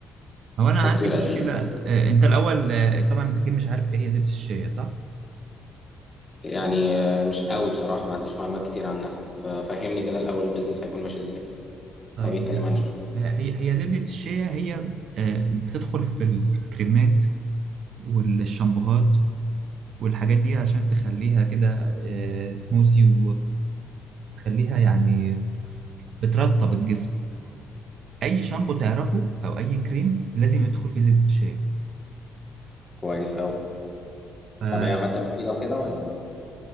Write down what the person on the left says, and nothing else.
محتاج
سيوله
قد ايه
يعني آه، مش قوي بصراحه ما عنديش معلومات كتير عنها ففهمني كده الاول البيزنس هيكون ماشي ازاي
او بيتكلم عن ايه
كويس قوي
طب هي ماده مفيده وكده ولا